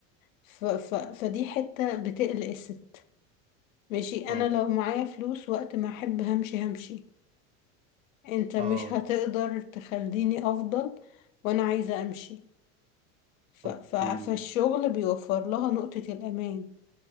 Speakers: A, on the left; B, on the right.
A: ف... ف... فدي حتة بتقلق الست ماشي انا
B: اه
A: لو معايا فلوس وقت ما احب همشي همشي انت مش
B: اه
A: هتقدر تخليني افضل وانا عايزة امشي ف...
B: اوكي
A: ف... فالشغل بيوفر لها نقطة الامان